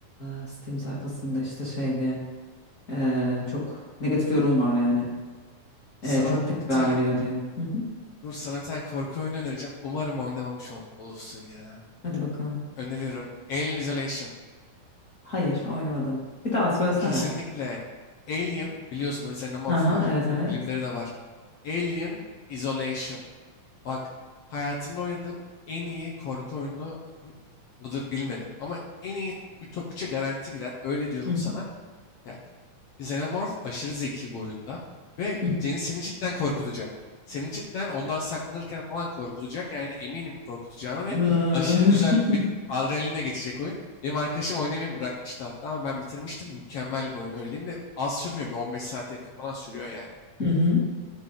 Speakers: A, on the left; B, on the left.
A: eee, Steam sayfasında işte şey diye. Eee, çok negatif yorum var yani.
B: Sana
A: Eee, çok tekrarlıyor
B: bir tane
A: diye. Hı hı.
B: Dur sana bir tane korku oyunu önereceğim. Umarım oynamamış ol- olursun ya.
A: Hadi bakalım.
B: Öneriyorum. Alien Isolation.
A: Hayır oynamadım. Bir daha söylesene.
B: Kesinlikle Alien biliyorsunuz üzerine morf
A: Aha
B: var.
A: evet
B: Bunun
A: evet.
B: filmleri de var. Alien Isolation. Bak hayatımda oynadığım en iyi korku oyunu mıdır bilmedim. Ama en iyi ütopikçe garanti girer. Öyle diyorum
A: Hı hı.
B: sana. Yani Xenomorph aşırı zeki bu oyunda ve
A: Hı hı.
B: seni, seni cidden korkutacak. Seni cidden ondan saklanırken falan korkutacak. Yani eminim korkutacağına ve
A: Eee,
B: aşırı güzel
A: <laughs>
B: bir adrenaline geçecek oyun. Benim arkadaşım oynamayı bırakmıştı hatta ama ben bitirmiştim. Mükemmel bir oyun öyle diyeyim de az sürmüyor. Bir 15 saate yakın falan sürüyor yani.
A: Hı hı.